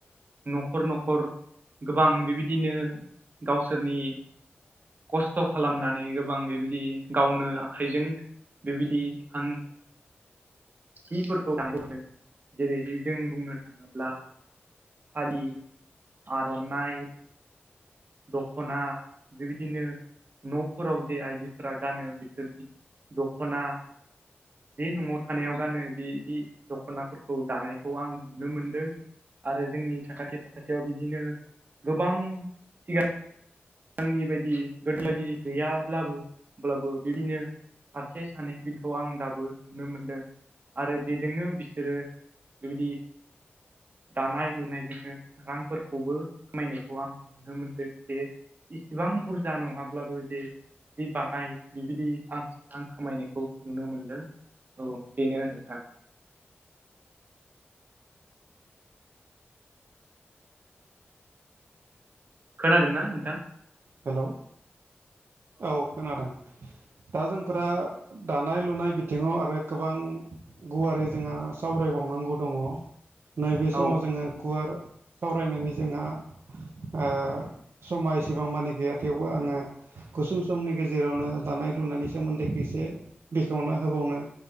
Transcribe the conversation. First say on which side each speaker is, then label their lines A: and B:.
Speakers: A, on the right; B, on the right.
A: न'खर न'खर गोबां बेबायदिनो गावसोरनि खस खस्थ' खालामनानै गोबां बेबादि गावनो आखाइजों बेबायदि आं जिफोरखौ <unintelligible> जेरैहाय जों बुंनो थाङोब्ला फालि आर'नाइ दख'ना बेबायदिनो न'फोराव जे आइजोफोरा गानो बिसोरनि दख'ना बे न'आव थानायाव गानो बिदि दख'नाफोरखौ दानायखौ आं नुनो मोनदों आरो जोंनि साखाथि फाखाथियाव बिदिनो गोबां सिगां आंनि बायदि गोदो बायदि गैयाब्लाबो होमब्लाबो बिदिनो सासे सानैसोखौ आं दाबो नुनो मोनदों आरो बेजोंनो बिसोरो बेबायदि दानाय लुनायजोंनो रांफोरखौबो खामायनायखौ आं नुनो मोनदों जे इसिबां बुरजा नङाब्लाबो जे जि बाङाय बिबायदि आं रां खामायनायखौ नुनो मोनदों औ बेनो नोंथां खोनादों ना नोंथां
B: हेलौ औ खोनादों। दा जोंफोरा दानाय लुनाय बिथिङाव आरो गोबां गुवारै जोंहा सावरायबावनांगौ दङ नैबे
A: औ
B: समाव जोङो गुवार सावरायनायनि जोंहा ओ समा एसेबां मानि गैया थेवबो आङो गुसुं समनि गेजेरावनो दानाय लुनायनि सोमोन्दैखौ एसे बेखेवना होबावनो